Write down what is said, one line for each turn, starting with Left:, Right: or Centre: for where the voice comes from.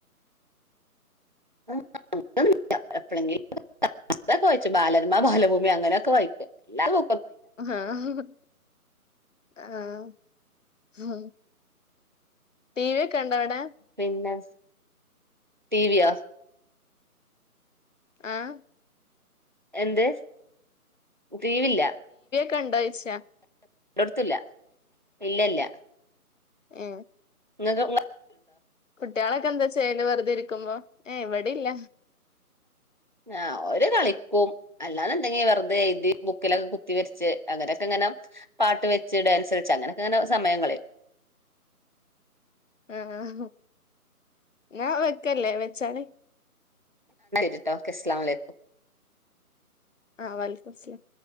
Right: <unintelligible> ബാലരമ ബാലഭൂമി അങ്ങനെയൊക്കെ വായിക്കും അല്ലാതൊ
Left: ആഹഹ് ആഹ് മ് ടി വി ഒക്കൊണ്ടവിടെ?
Right: പിന്നെ ടിവിയോ
Left: ആഹ്
Right: എന്ത് ടീവീല്ല
Left: കണ്ടായ്ച്ച
Right: എടുത്തില്ല ഇല്ല ഇല്ല
Left: ആ
Right: ങ്ങക്ക്
Left: കുട്ടികളൊക്കെ എന്താ ചെയ്യല് വെറുതെ ഇരിക്കുമ്പോ ഏ വടിം ല്ല
Right: ആ ഓര് കളിക്കും അല്ലാന്ന്ണ്ടെങ്കി വെറുതെ എഴുതി ബുക്കിലൊക്കെ കുത്തി വരച്ച് അങ്ങനൊക്കെ അങ്ങനെ പാട്ട് വെച്ച് ഡാൻസ് വെച്ച് അങ്ങനെയൊക്കെങ്ങനെ സമയം കളയും
Left: ആ ആ ഹ ന്നാ വെക്കല്ലേ വെച്ചാളി
Right: രിട്ടോ ഓക്കെ സ്ലാമലേക്കും
Left: ആ വലൈക്കുമസ്ലാം